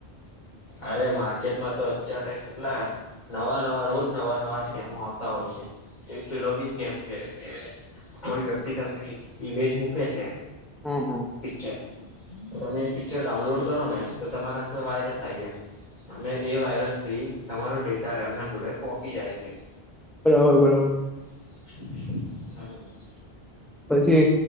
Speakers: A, on the left (about 45°); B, in the centre.
A: અરે માર્કેટ માં તો અત્યારે કેટલા નવા નવા રોજ નવા નવા સ્કેમો આવતા હોય છે, એક પેલો બી સ્કેમ છે કે કોઈ વ્યક્તિ તમને ઈમેજ મૂકે છે.
B: હમ હ
A: પિક્ચર તમે એ પિક્ચર ડાઉનલોડ કરો ને તો તમારા અંદર વાયરસ આઈ જાય અને એ વાયરસ થી તમારો ડેટા એમના જોડે પોહકી જાય છે.
B: બરાબર.
A: હ.
B: પછી